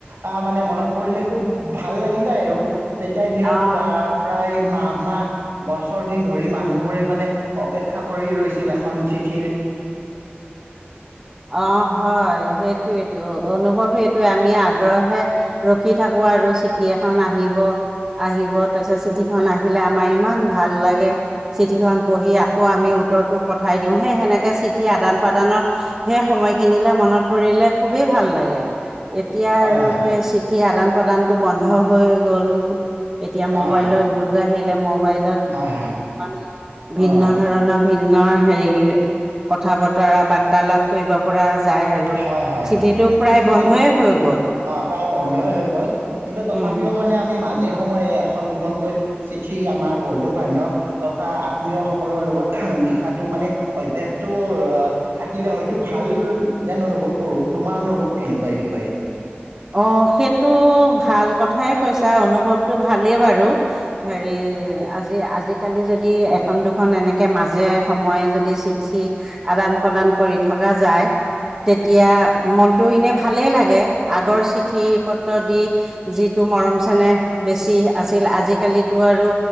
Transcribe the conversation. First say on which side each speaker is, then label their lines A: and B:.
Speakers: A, on the right (about 90°); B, on the right (about 25°).
A: অহ মানে মনত পৰিলে খুব ভাল লাগি যায় আৰু। তেতিয়া দিনত
B: অঁ
A: অ প্ৰায় মাহ-মাহ বছ বছৰ দিন ধৰি মানুহবোৰে মানে অপেক্ষা কৰি ৰৈছিল এখন চিঠিৰ।
B: অ হয়। সেইটোয়েইটো অনুভৱ সেইটোয়ে আমি আগ্ৰহে ৰখি থাকো আৰু চিঠি এখন আহিব-আহিব, তাৰপিছত চিঠিখন আহিলে আমাৰ ইমান ভাল লাগে। চিঠিখন পঢ়ি আকৌ আমি উত্তৰৰতটো পঠাই দিওঁ সেই সেনেকে চিঠিয়ে আদান প্ৰদানৰ সেই সময়খিনিলে মনত পৰিলে খুবেই ভাল লাগে। এতিয়া
A: হয়
B: আৰু
A: হয়
B: সেই চিঠি আদান প্ৰাদানটো বন্ধ হৈ গ'ল। এতিয়া মোবাইলৰ
A: অঁ
B: যুগ আহিল আহিলে ম মোবাইলত
A: হয় হয়
B: মানুহে ভিন্ন
A: অঁ
B: ধৰণৰ নৰ হেৰি, কথা বতৰা বাৰ্তালাপ কৰিব পৰা যায় আৰু
A: হয় হয়
B: চিঠিটো প্ৰায়
A: ঠিক
B: বন্ধয়ে
A: তে
B: হৈ গ'ল।
A: অ প্ৰায় বন্ধই হৈ গ'ল। কিন্তু তথাপিও
B: উম।
A: মানে আমি মা যে ', সময়ে এখন- দুখনকৈ চিঠি আমাৰ বন্ধু-বান্ধৱ তথা আত্মীয়সকলৰ লগত লিখাটো মানে অভ্যাসটো থাকিলে হয়তো ভাল যেন অনুভৱ কৰো, তোমাৰ অনুভৱ কেনেকুৱা এই বিষয়ে?
B: অ ', সেইটো ভাল কথাই কৈছা অনুভৱটো ভালেই বাৰু হেৰি, আজি-আজিকালি যদি এখন-দুখন এনেকে মাজে সময়ে যদি চিঠি আদান- প্ৰদান কৰি থকা যায়, তেতিয়া মনটো এনে ভালেই লাগে। আগৰ চিঠি পত্ৰ দি যিটো মৰম চেনেহ বেছি আছিল, আজিকালিতো আৰু